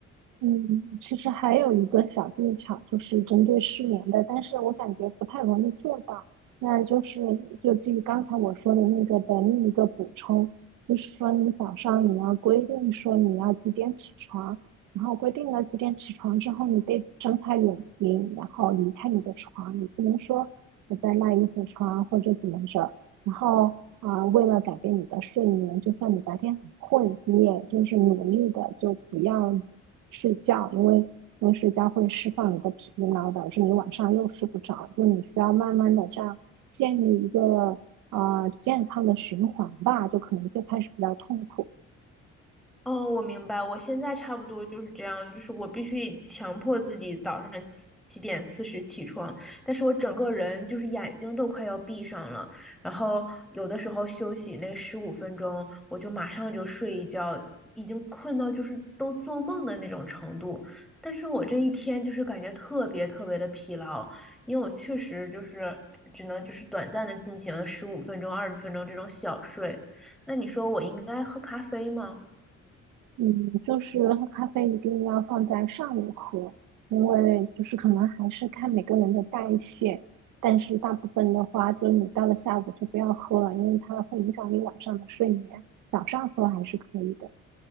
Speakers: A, on the right; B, in the centre.
A: 嗯，其实还有一个小技巧，就是针对失眠的，但是我感觉不太容易做到。那就是就基于刚才我说的那个的另一个补充，就是说你早上你要规定说你要几点起床，然后规定了几点起床之后，你得睁开眼睛，然后离开你的床，你不能说我在赖一会儿床或者怎么着，然后啊，为了改变你的睡眠，就算你白天很困，你也就是努力的就不要睡觉，因为因为睡觉会释放你的疲劳，导致你晚上又睡不着。就你需要慢慢的这样建立一个啊健康的循环吧，就可能最开始比较痛苦，
B: 哦，我明白，我现在差不多就是这样，就是我必须强迫自己早上七七点四十起床，但是我整个人就是眼睛都快要闭上了，然后有的时候休息那十五分钟，我就马上就睡一觉，已经困到就是都做梦的那种程度，但是我这一天就是感觉特别特别的疲劳，因为我确实就是只能就是短暂的进行十五分钟、二十分钟这种小睡，那你说我应该喝咖啡吗？
A: 嗯，就是喝咖啡一定要放在上午喝，因为就是可能还是看每个人的代谢，但是大部分的话，就你到了下午就不要喝了，因为它会影响你晚上的睡眠。早上喝还是可以的。